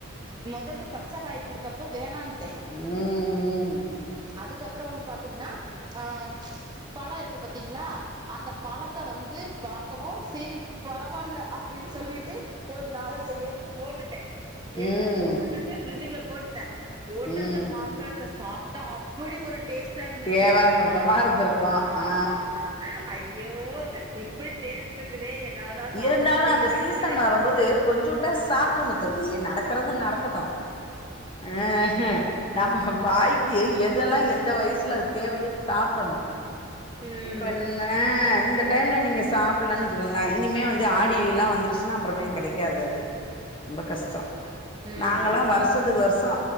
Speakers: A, on the right (about 20°); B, on the left (about 25°).
A: மொதது பச்சக் காய் குடுத்தப்ப வேணான்ட்டே
B: ம் ம்
A: அதுக்கப்பறோ வந்து பாத்தீங்கன்னா ஆ பழொ இருக்கு பாத்தீங்களா அந்தப் பழத்த வந்து பாக்கவு சேரி பரவால்ல அப்டினு சொல்லி டு ஒரு நாலஞ்ச எடுத்து போட்டுட்டே
B: ம்
A: எடுத்து போட்டுட்டு ஃபிரிட்ஜுக்குள்ள போட்டே போட்டு
B: ம்
A: அந்த மாம்பழத்த சாப்ட்டா அப்புடி ஒரு டேஸ் டா இருந்துச்சு
B: தேவாமிர்தமா
A: ஆனா
B: இருந்திருக்கு
A: ஆமா
B: ஆ
A: ஐய்யோ இப்டி டேஸ்ட் இருக்குதே என்னால தா சாப்ட
B: இருந்தாலு
A: முடியமாட்டிங்
B: அந்த சீசன் வரம்போது கொஞ்சுண்டாவது சாப்ட்ருங்க தோழி நடக்கறது நடக்கட்டு அ நம்ம வாய்க்கி எதெல்லா எந் இந்த வயசுல அது தேவையு சாப்ட்றணு
A: ம்
B: பண்ண இந்த டைம்ல நீங்க சாப்பில்லன்னு வச்சுக்கோங்களே இனிமே வந்து ஆடி இல்லா வந்து கிஸ்னாபுறமே கெடைக்காது அது ரொம்ப கஷ்டோ
A: ம்
B: நாங்களா வரு வர்ஷத்துக்கு வர்ஷோ